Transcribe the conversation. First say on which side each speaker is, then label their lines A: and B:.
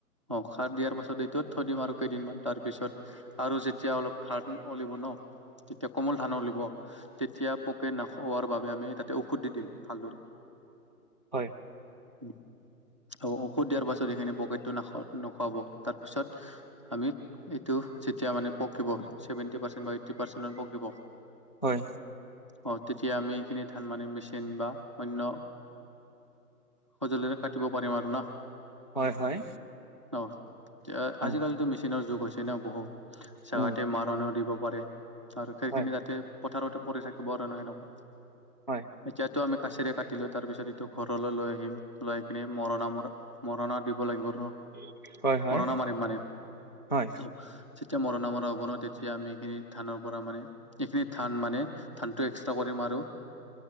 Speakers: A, on the right; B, on the left.
A: অ', সাৰ দিয়াৰ পাছত এইটোত থৈ দিম আৰু কেইদিনমান, তাৰ পিছত আৰু যেতিয়া অলপ ধান ওলিব ন, তেতিয়া কোমল ধান ওলিব। তেতিয়া পোকে নাখোৱাৰ বাবে, আমি তাতে ঔষধ দি দিম ভালদৰে।
B: হয়।
A: ঔষধ দিয়াৰ পাছত, এইখিনি পোকেটো নাখ নোখুৱাব, তাৰ পিছত আমি এইটো যেতিয়া মানে পকিব, চেভেণ্টি পাৰ্চেণ্ট বা এইটটি পাৰ্চেট মান পকিব
B: হয়।
A: অ', তেতিয়া আমি এইখিনি ধান মানে মেচিন বা অন্য সঁজুলিৰে কাটিব পাৰিম আৰু ন।
B: হয় হয়।
A: অ',
B: উম
A: আজিকালিতো মেচিনৰ যুগ হৈছে ন বহু। জেগাতেই
B: উম
A: মাৰণাও দিব পাৰে আৰু খেৰখিনি
B: হয়
A: তাতে পথাৰতেই পৰি থাকিব আৰু ন সেনেকুৱা,
B: হয়
A: এতিয়া ইটো আমি কাচিৰে কাটিলো, তাৰ পিছত ইটো ঘৰলৈ লৈ আহিম, লৈ আহি কিনি মৰণা মৰা মৰণা দিব লাগিব আৰু
B: <inaudible> হয়
A: মৰনা মাৰিম মানে।
B: হয়
A: যেতিয়া মৰণা মৰা হ'ব ন, তেতিয়া আমি এইখিনি ধানৰ পৰা মানে, এইখিনি ধান মানে ধানটো এক্সট্ৰা কৰিম আৰু